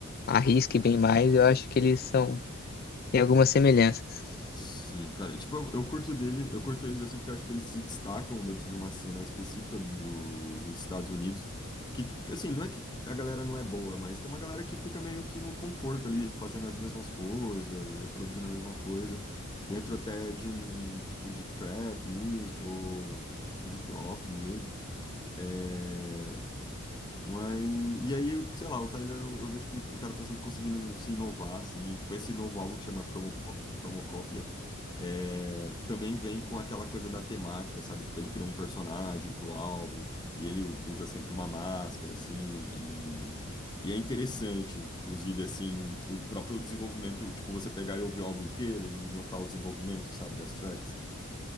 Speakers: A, on the left; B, on the left.
A: arrisque bem mais, eu acho que eles são, têm algumas semelhanças.
B: Sim, cara. E, Tipo, eu, eu curto dele, eu curto eles assim porque eu acho que eles se destacam dentro de uma cena específica do, dos Estados Unidos. Que, assim, não é que a galera não é boa, mas tem uma galera que fica meio que no conforto ali, fazendo as mesmas coisas, reproduzindo a mesma coisa, dentro até de um tipo de trap music ou enfim, hip hop mesmo. eh, mas, e aí, sei lá, o Tyler, eu, eu vejo que o cara tá sempre conseguindo se inovar, assim, e, tipo, esse novo álbum que chama Chromocó- Cromocópia, é, também vem com aquela coisa da temática, sabe? Tipo, ele criou um personagem pro álbum, e ele usa sempre uma máscara, assim, e, e é interessante, inclusive, assim, o próprio desenvolvimento, tipo, você pegar e ouvir o álbum inteiro e notar o desenvolvimento, sabe, das tracks.